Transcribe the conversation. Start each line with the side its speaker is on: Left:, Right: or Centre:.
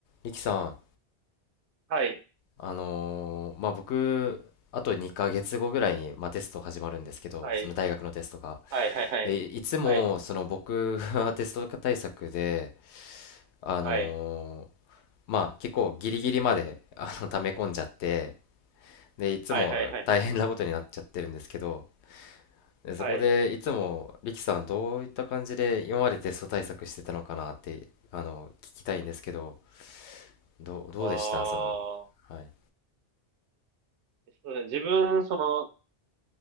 Left: ミキさん、
Right: はい、
Left: あのーまあ、僕、あと2ヶ月後ぐらいに、まあ、テスト始まるんですけど、
Right: はい、
Left: その大学のテストが。
Right: はい、はい、はい、
Left: で、いつも、
Right: はい、
Left: その僕は <laughs> テスト対策で、あのー
Right: はい、
Left: まあ、結構ギリギリまで、<laughs> あの、溜め込んじゃって、で、いつも大変なことになっちゃってるんですけど、
Right: はい、はい、はい、はい、
Left: で、そこで、
Right: はい。
Left: いつも、リキさん、どういった感じで今までテスト対策してたのかなって、あの、聞きたいんですけど、どう、どうでしたその、
Right: ああ、
Left: はい、
Right: そうだね自分、その、